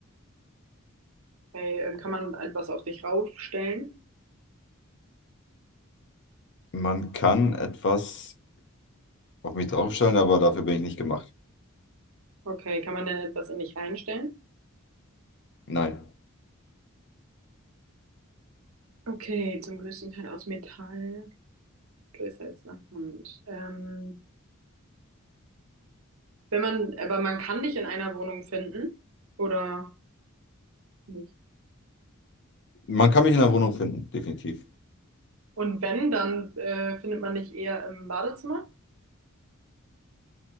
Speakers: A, on the right; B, on the left.
A: Okay, ähm, kann man etwas auf dich raufstellen?
B: man kann etwas auf mich draufstellen, aber dafür bin ich nicht gemacht.
A: Okay, kann man denn etwas in dich reinstellen?
B: Nein.
A: Okay, zum größten Teil aus Metall, größer als eine Hand. Ähm, wenn man, aber man kann dich in einer Wohnung finden oder nicht?
B: Man kann mich in der Wohnung finden, definitiv.
A: Und wenn, dann äh, findet man dich eher im Badezimmer,